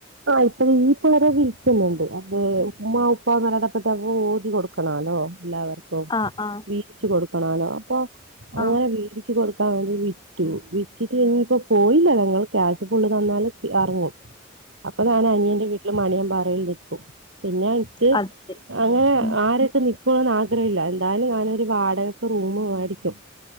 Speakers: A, on the right (about 65°); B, on the left (about 20°).
A: ഇപ്പഴ ഈ പോര വിൽക്കുന്നുണ്ട് അതെ ഉമ്മ ഉപ്പ എല്ല മരണപ്പെട്ട ഓരി കൊടുക്കണല്ലോ എല്ലാവർക്കും
B: ആഹ് ആഹ്
A: വീതിച്ചു കൊടുക്കണാലോ അപ്പൊ അങ്ങനെ
B: ആഹ്
A: വീതിച്ച് കൊടുക്ക വിറ്റു വിറ്റിട്ട് ഇനിയിപ്പോ പോയില്ല ഞങ്ങൾ ക്യാശ് ഫുള്ള് തന്നാല് എറങ്ങും
B: ഉ <inaudible>
A: അപ്പൊ ഞാന അനിയന്റെ വീട്ടില് മണിയമ്പപാറയിൽ നിക്കും പിന്നെ ൻക്ക്
B: അത് ശരി
A: അങ്ങനെ
B: ഉം
A: ആരൊക്കെ നി ന്ന് ആഗ്രഹമല്ല എന്താലും ഞാനൊരു വാടകൊക്കെ റൂമ് മേടിക്കും